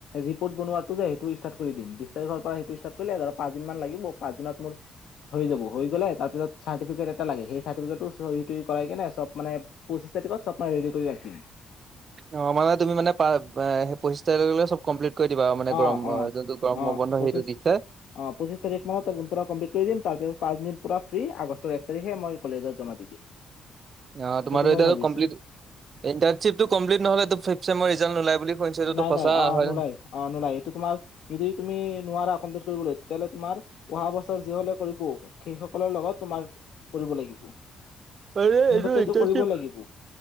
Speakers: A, on the left; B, on the right.
A: ৰিপৰ্ট বনোৱাটো যে সেইটো ষ্টাৰ্ট কৰি দিম, বিশ তাৰিখৰপৰা সেইটো ষ্টাৰ্ট কৰিলে ধৰা পাঁচদিন মান লাগিব, পাঁচদিনত মোৰ হৈ যাব, হৈ গ'লে তাৰপিছত চাৰ্টিফি লাগে সেই চাৰ্টিফিকেটটো কৰাই কিনে চব মানে পঁচিছ তাৰিখত চব মানে ৰেডি কৰি ৰাখিম।
B: অ' মানে তুমি মানে পা সেই পঁচিছ তাৰিখেলে চব কমপ্লিট কৰি দিবা মানে,
A: অ
B: গৰম
A: অ
B: যোনটো গৰম
A: অ
B: বন্ধ
A: পঁচিছ
B: সেইটো দিছে।
A: অ' পঁচিছ তাৰিখ মানত পুৰা কমপ্লিট কৰি দিম, তাৰপিছত পাঁচদিন পুৰা ফ্ৰী, আগষ্টৰ এক তাৰিখে মই কলেজত জমা দিম।
B: <unintelligible> অ' তোমাৰতো
A: সেইটো মই
B: এতিয়া
A: ভাবিছো
B: কমপ্লিট, ইণ্টাৰ্শ্বিটো কমপ্লিট নহ'লে এইটো ফিফ ছেমৰ ৰিজাল্ট নোলায় বুলি শুনিছো এইটোতো
A: নাই
B: সঁচা
A: নাই, অ'
B: হয়
A: নোলাই অ' নোলাই, এইটো তোমাৰ যদি তুমি নোৱাৰা কমপ্লিট কৰিবলৈ তেতিয়াহ'লে তোমাৰ অহা বছৰ যিসকলে কৰিব সেইসকলৰ লগত তোমাৰ কৰিব লাগিব।
B: মানে
A: মোৰ
B: এইটো
A: তাতে
B: ইণ্টাৰ্ণচিপ
A: কৰিবই লাগিব